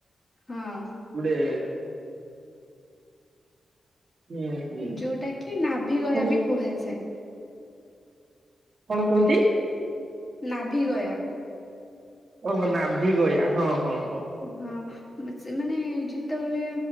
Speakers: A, on the left (about 20°); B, on the right (about 45°).
A: ହଁ
B: ଗୁଟେ ହୁଁ ହୁଁ
A: ଯୋଉଟା କି ନାଭିଗୟା
B: ହଉ
A: ବି କୁହାଯାଏ।
B: କଣ କୁହନ୍ତି?
A: ନାଭିଗୟା।
B: ଓହୋ ନାଭି ଗୟା ହଁ ହଁ। ହଁ
A: ହଁ। ସେମାନେ ଯେତେବେଳେ